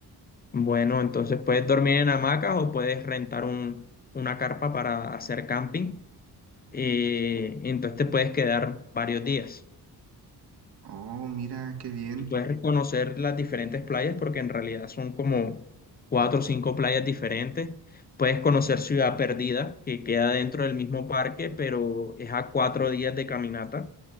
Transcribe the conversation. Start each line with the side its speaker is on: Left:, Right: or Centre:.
Left: Bueno, entonces puedes dormir en hamacas o puedes rentar un- una carpa para hacer camping. eh, entonces te puedes quedar varios días
Right: Oh, mira, qué bien.
Left: y puedes conocer las diferentes playas porque en realidad son como cuatro o cinco playas diferentes. Puedes conocer Ciudad Perdida, que queda dentro del mismo parque, pero es a cuatro días de caminata.